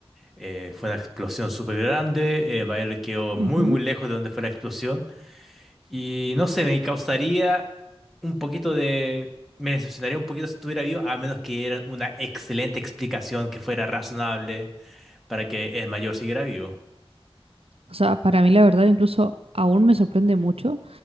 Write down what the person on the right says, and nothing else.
Ujú.
O sea, para mí la verdad incluso aún me sorprende mucho